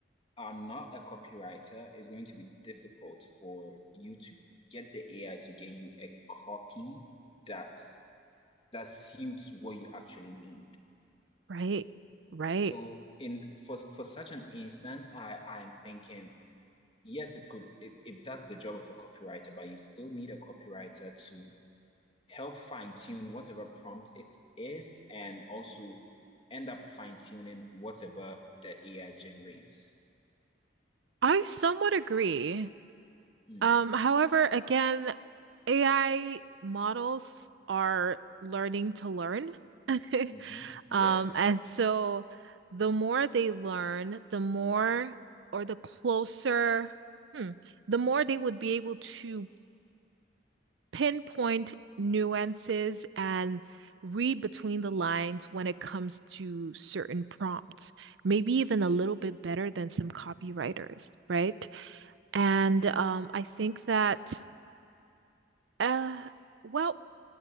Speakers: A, on the left; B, on the right.
A: are not a copywriter, it's going to be difficult for you to get the AI to get you a copy that that suits what you actually need.
B: Right. Right.
A: So in for for such an instance, I I am thinking, yes, it could it, it does the job of a copywriter, but you still need a copywriter to help fine-tune whatever prompt it is and also end up fine-tuning whatever the AI generates.
B: I somewhat agree.
A: Mm,
B: Um, however, again, AI models are learning to learn. <laughs>
A: mhm, Yes.
B: Um, and so the more they learn, the more or the closer, hmm, the more they would be able to pinpoint nuances and read between the lines when it comes to certain prompts, maybe even a little bit better than some copywriters, right? And
A: Mhm.
B: um, I think that, uh, well,